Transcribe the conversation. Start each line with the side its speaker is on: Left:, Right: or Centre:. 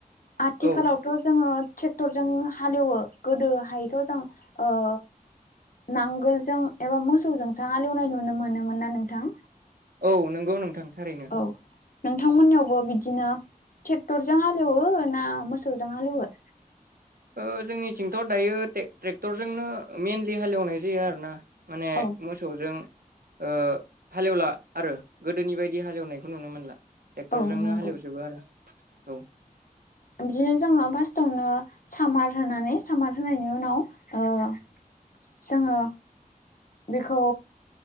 Left: आथिखालावथ'
Right: औ
Left: जोङो ट्रेक्टरजों हालेवो गोदोहायथ' जों ओ नांगोलजों एबा मोसौजों सो हालेवनाय नुनो मोनोमोन ना नोंथां
Right: औ नंगौ नोंथां थारैनो
Left: औ नोंथांमोननियावबो बिदिनो ट्रेक्टरजों हालेवो ना मोसौजों हालेवो
Right: ओ जोंनिथिंथ' दायो ट्रे ट्रेक्टरजोंनो मइेनलि हालेवनाय जायो आरो ना माने
Left: औ
Right: मोसौजों ओ हालेवला आरो गोदोनि बायदि हालेवनायखौ नुनो मोनला ट्रेक्टरजोंनो
Left: औ नंगौ।
Right: हालेवजोबो आरो औ
Left: बिदिनो जोङो फास्स्टावनो सामार होनानै सामार होनायनि उनाव जोङो बेखौ